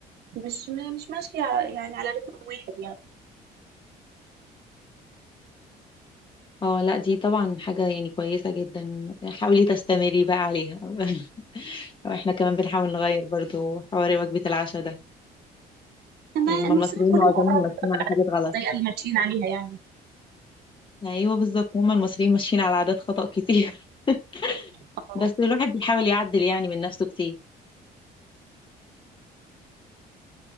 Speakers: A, on the right; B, on the left.
A: مش م- مش ماشية يعني على رتم واحد يعني
B: اه لا دي طبعا حاجة يعني كويسة جدا حاولي تستمري بقى عليها <laughs> واحنا كمان بنحاول نغير برضو حوار وجبة العشاء ده
A: إنما
B: يعني هم
A: المصريين
B: المصريين
A: كلهم
B: معظمهم
A: امراض
B: ماشيين على حاجات غلط
A: الطريقة اللي ماشيين عليها يعني
B: ايوه بالظبط هم المصريين ماشيين على عادات خطأ كتير <laughs>
A: اه
B: بس الواحد بيحاول يعدل يعني من نفسه كتير